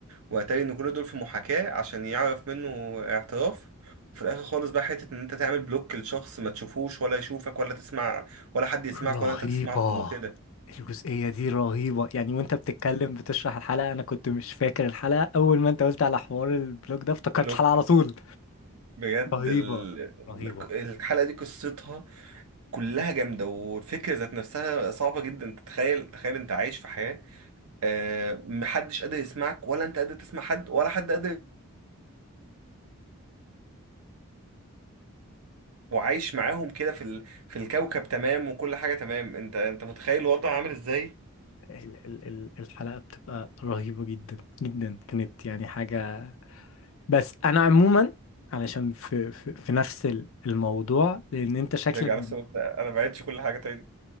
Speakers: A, on the right; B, on the left.
A: وأتاري إن كل دول في محاكاة عشان يعرف منه اعتراف وفي الآخر خالص بقى حتة إن أنت تعمل بلوك لشخص ما تشوفوش ولا يشوفك ولا تسمع ولا حد يسمعك
B: رهيبة
A: ولا أنت تسمعهم وكده
B: الجزئية دي رهيبة يعني وانت بتتكلم بتشرح الحلقة انا كنت مش فاكر الحلقة اول ما انت قلت على حوار البلوج ده افتكرت
A: بلوك
B: الحلقة على طول
A: بجد
B: رهيبة
A: ال... ال-
B: رهيبة
A: الحلقة دي قصتها كلها جامدة والفكرة ذات نفسها صعبة جدا تتخيل تخيل أنت عايش في حياة آه، محدش قادر يسمعك ولا انت قادر تسمع حد ولا حد قادر وعايش معاهم كده في ال... في الكوكب تمام وكل حاجه تمام انت انت متخيل الوضع عامل ازاي
B: ال ال ال الحلقة بتبقى رهيبة جدا جدا كانت يعني حاجة بس انا عموما علشان في في, في نفس ال- الموضوع لان انت شكلك
A: هترجع نفس الوضع انا ما بعتش كل حاجه تاني